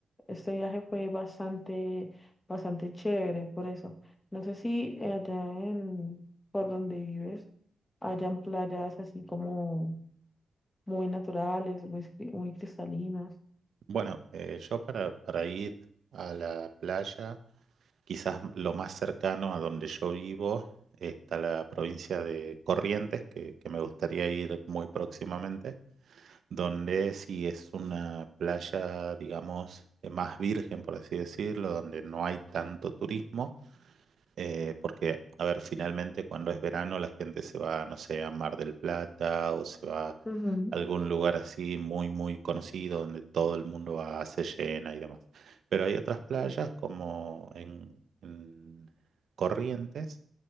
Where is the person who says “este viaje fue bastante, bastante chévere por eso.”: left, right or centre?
Left